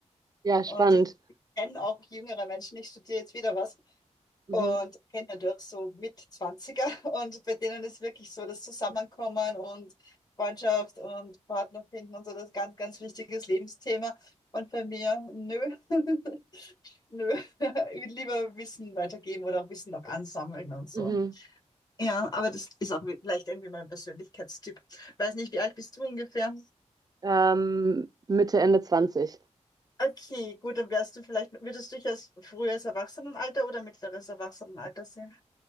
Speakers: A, on the right (about 30°); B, on the left (about 35°).
A: Ja, spannend.
B: Und ich kenne auch jüngere Menschen, ich studiere jetzt wieder was,
A: Mhm.
B: und kenne dadurch so mit 20 <laughs> und bei denen ist wirklich so das Zusammenkommen und Freundschaft und Partner finden und so das ganz, ganz wichtiges Lebensthema. Und bei mir, nö, <laughs> nö, <laughs> ich will lieber Wissen weitergeben oder auch Wissen noch ansammeln und so.
A: Mhm.
B: Ja, aber das ist auch vielleicht irgendwie mein Persönlichkeitstyp. Weiß nicht, wie alt bist du ungefähr?
A: Ähm, Mitte, Ende 20.
B: Okay, gut, dann wärst du vielleicht, würdest du dich als frühes Erwachsenenalter oder mittleres Erwachsenenalter sehen?